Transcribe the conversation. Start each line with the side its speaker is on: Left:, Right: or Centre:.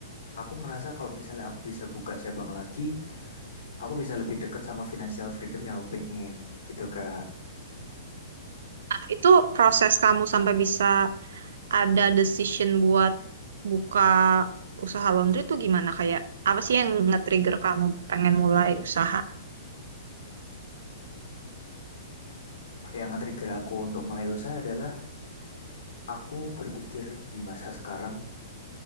Left: aku ngerasa kalau misalnya aku bisa buka cabang lagi, aku bisa lebih dekat sama financial freedom yang aku pengen gitu kak
Right: Nah, itu proses kamu sampai bisa ada decision buat buka usaha laundry tuh gimana? Kayak apa sih yang nge-trigger kamu pengen mulai usaha?
Left: yang nge-trigger aku untuk mulai usaha adalah aku berpikir di masa sekarang